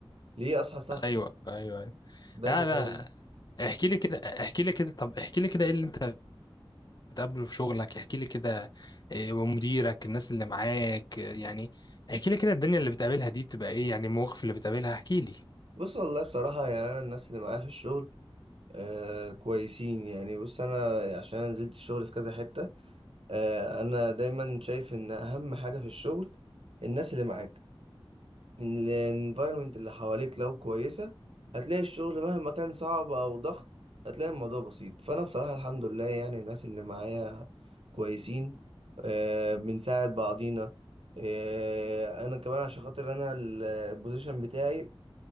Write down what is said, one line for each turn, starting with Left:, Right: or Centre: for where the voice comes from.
Right: ليه اصحى الساعة 6
Left: ايوه ايوه أيوة.
Right: بدري
Left: لا لا
Right: قوي
Left: احكي لي كده احكي لي كده طب احكي لي كده ايه اللي انت بتقابله في شغلك احكي لي كده إيه ومديرك الناس اللي معاك إيه يعني احكي لي كده الدنيا اللي بتقابلها دي بتبقى ايه يعني المواقف اللي بتقابلها احكي لي
Right: بص والله بصراحة يعني انا الناس اللي معايا في الشغل آه كويسين يعني بص انا عشان نزلت الشغل في كذا حتة آه، انا دايما شايف ان اهم حاجه في الشغل الناس اللي معاك ان الانفايرمنت اللي حواليك لو كويسه هتلاقي الشغل مهما كان صعب او ضغط هتلاقي الموضوع بسيط فانا بصراحه الحمد لله يعني الناس اللي معايا كويسين آه، بنساعد بعضينا آه، انا كمان عشان خاطر انا البوزيشن بتاعي